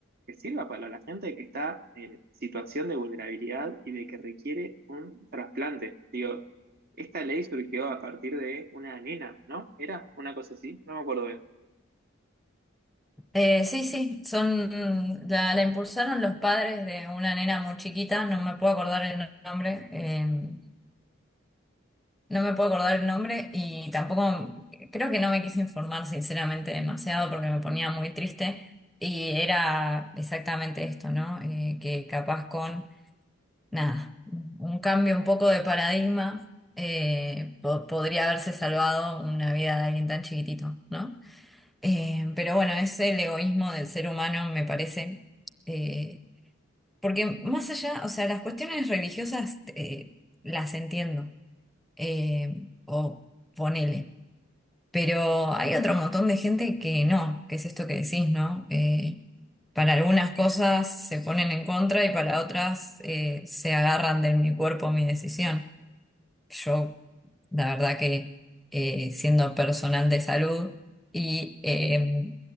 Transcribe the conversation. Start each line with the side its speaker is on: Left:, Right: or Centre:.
Right: que sirva para la gente que está en situación de vulnerabilidad y de que requiere un trasplante. Digo, esta ley surgió a partir de una nena, ¿no? ¿Era una cosa así? No me acuerdo bien.
Centre: Eh, sí, sí, son, mm, la, la impulsaron los padres de una nena muy chiquita, no me puedo acordar el nombre, em, No me puedo acordar el nombre y tampoco, creo que no me quise informar sinceramente demasiado porque me ponía muy triste y era exactamente esto, ¿no? Eh, que capaz con, nada, un cambio un poco de paradigma eh, po- podría haberse salvado una vida de alguien tan chiquitito, ¿no? Eh, pero bueno, es el egoísmo del ser humano, me parece. eh, porque más allá, o sea, las cuestiones religiosas eh, las entiendo eh, o ponele. Pero hay otro montón de gente que no, que es esto que decís, ¿no? Eh, para algunas cosas se ponen en contra y para otras eh, se agarran del mi cuerpo, mi decisión. Yo, la verdad que eh, siendo personal de salud y eh,